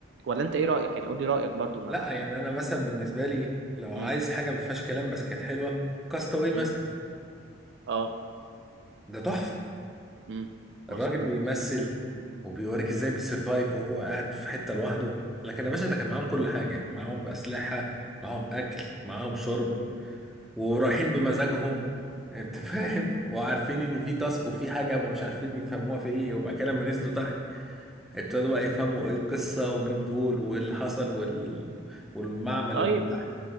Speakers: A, on the right; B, in the centre.
A: ولا أنت إيه رأيك يعني قولي رأيك برضو ما
B: لا يعني انا مثلا بالنسبه لي لو عايز
A: مم.
B: حاجه ما فيهاش كلام بس كانت حلوه كاستاوي مثلا
A: مم. آه
B: ده تحفه
A: مم.
B: الراجل
A: مظبوط
B: بيمثل وبيوريك ازاي بيسرفايف وهو قاعد في حتة لوحده لكن يا باشا ده كان معاهم كل
A: مم.
B: حاجة معاهم أسلحة معاهم أكل معاهم شرب ورايحين بمزاجهم انت فاهم وعارفين ان في تاسك وفي حاجة ما مش عارفين يفهموها في ايه وبعد كده لما نزلوا تحت ابتدوا بقى يفهموا ايه القصة ومين دول وايه اللي حصل وال... والمعمل
A: طيب
B: اللي تحت